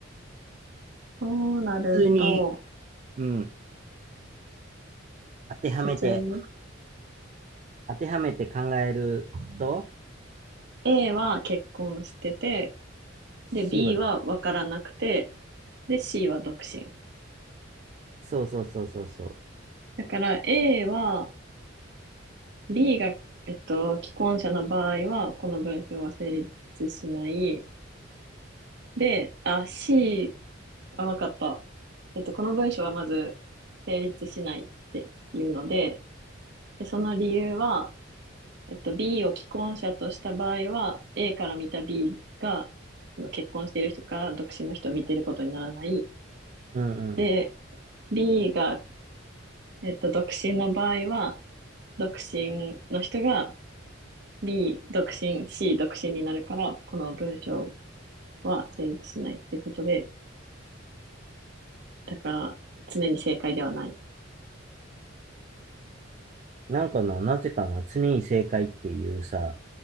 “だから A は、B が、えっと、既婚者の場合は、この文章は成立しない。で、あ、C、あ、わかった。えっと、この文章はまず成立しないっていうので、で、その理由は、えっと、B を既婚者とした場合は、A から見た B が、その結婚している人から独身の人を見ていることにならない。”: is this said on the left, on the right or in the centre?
Right